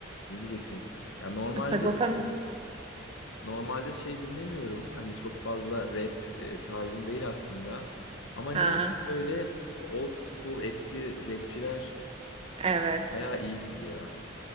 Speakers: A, on the left; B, on the right.
A: ne diyecektim? Ya normalde
B: Sagopa'nın
A: normalde şey dinlemiyorum. Hani çok fazla rap e, tarzım değil aslında. Ama niye
B: ha
A: böyle old school eski rapçiler
B: evet.
A: bayağı iyi gibi ya.